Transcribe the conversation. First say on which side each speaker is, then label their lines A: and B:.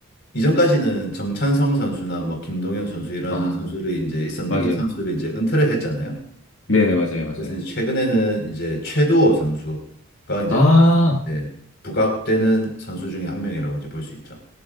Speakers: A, on the left; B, on the left.
A: 이전까지는 정찬성 선수나 뭐 김동현 선수 이런
B: 아,
A: 선수들이 이제 있었는데
B: 맞아요.
A: 이 선수들이 이제 은퇴를 했잖아요.
B: 네네, 맞아요, 맞아요.
A: 그래서 이제 최근에는 이제 최두호 선수가 이제
B: 아,
A: 네, 부각되는 선수 중에 한 명이라고 이제 볼 수 있죠.